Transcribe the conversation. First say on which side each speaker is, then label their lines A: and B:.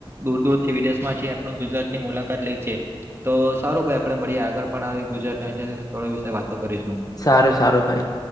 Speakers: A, on the right; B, on the left.
A: દૂર દૂર. થી વિદેશ માંથી આપણ ગુજરાતની મુલાકાત લઈ છે. તો સારું ભાઈ આપણે મળીએ આગળ પણ આવી ગુજરાતના ઐતિહાસિક સ્થળો વિશે વાતો કરીશું.
B: સારું સારું ભાઈ.